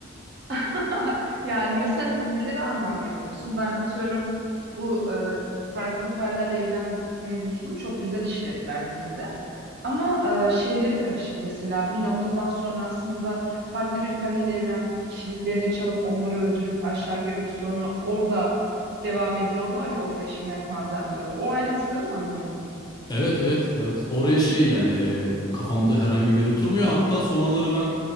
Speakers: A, on the right (about 50°); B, on the left (about 20°).
A: <laughs> Yani mesela nelere anlam veremiyorsun? Ben atıyorum bu e, farklı paralel evren mevzusunu çok güzel işlediler dizide. Ama e, şeyleri karışık mesela bir noktadan sonra aslında farklı bir paralel evrendeki kişiliklerini çalıp onları öldürüp aşağı gömüp sonra orada devam ediyorlar ya orada yaşamaya falan devam ediyorlar. O ayrıntıları mı anlamadın?
B: Evet evet evet. Oraya şey yani e, kafamda herhangi bir yere oturmuyor. Hatta sonraları ben